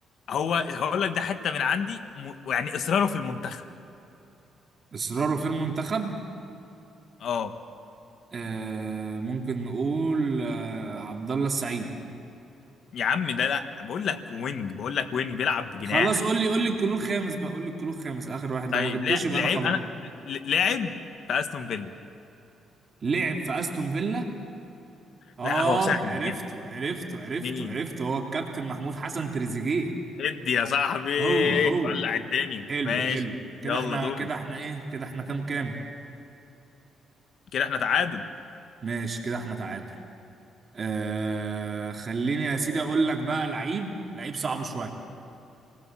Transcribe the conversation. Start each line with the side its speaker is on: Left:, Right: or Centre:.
Left: هو هقول لك ده حتى من عندي م... يعني اصراره في المنتخب
Right: اصراره في المنتخب
Left: اه
Right: آه ممكن نقول آه عبد الله السعيد
Left: يا عم ده لا بقول لك وينج بقول لك وينج بيلعب بجناح
Right: خلاص قول لي قول لي الكلو الخامس بقى قول لي الكلو الخامس اخر واحد
Left: طيب
Right: لو ما جبتوش
Left: لا
Right: يبقى
Left: لعب
Right: انا خلاص
Left: انا ل- لعب في استون فيلا
Right: لعب في استون فيلا اه
Left: لا هو سهل
Right: عرفته
Left: كده
Right: عرفته عرفته
Left: مين
Right: عرفته هو الكابتن محمود حسن تريزيجيه
Left: ادي يا صاحبي
Right: هو هو
Left: ولع الدنيا
Right: حلو
Left: ماشي
Right: حلو كده
Left: يلا
Right: احنا
Left: دوري
Right: كده احنا ايه كده احنا كام كام
Left: كده احنا تعادل
Right: ماشي كده احنا تعادل آه خليني يا سيدي اقول لك بقى لعيب لعيب صعب شويه